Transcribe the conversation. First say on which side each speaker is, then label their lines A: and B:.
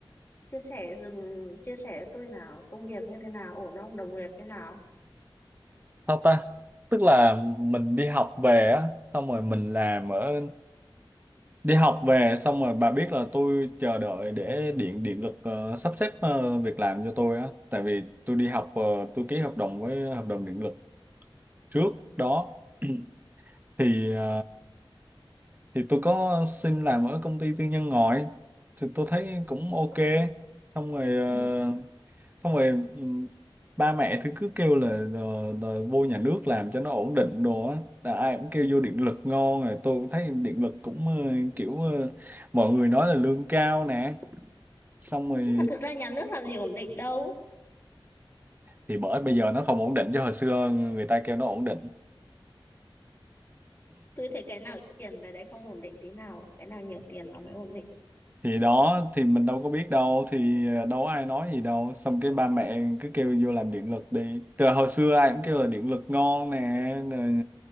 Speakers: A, on the left; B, on the right.
A: Chia sẻ dùm, chia sẻ với tôi nào, công việc như thế nào, ổn không, đồng nghiệp thế nào?
B: Sao ta? Tức là mình đi học về á, xong rồi mình làm ở đi học về xong rồi bà biết là tôi chờ đợi để điện điện lực ờ, sắp xếp ờ, việc làm cho tôi á tại vì tôi đi học ờ, tôi ký hợp đồng với hợp đồng điện lực trước đó <clears throat> thì ờ, thì tôi có xin làm ở công ty tư nhân ngoài thì tôi thấy cũng ok xong rồi ờ,
A: Ừ.
B: xong rồi ừ, ba mẹ thì cứ kêu là ờ, đòi vô nhà nước làm cho nó ổn định đồ á là ai cũng kêu vô điện lực ngon rồi tôi cũng thấy điện lực cũng ờ, kiểu ờ, mọi người nói là lương cao nè xong rồi
A: Nhưng mà thực ra nhà nước làm gì ổn định đâu.
B: thì bởi bây giờ nó không ổn định chứ hồi xưa người ta kêu nó ổn định
A: Tôi thấy cái nào ít tiền cái đấy không ổn định tí nào, cả. cái nào nhiều tiền nó mới ổn định.
B: thì đó thì mình đâu có biết đâu thì ờ, đâu có ai nói gì đâu xong cái ba mẹ cứ kêu vô làm điện lực đi từ hồi xưa ai cũng kêu là điện lực ngon nè rồi,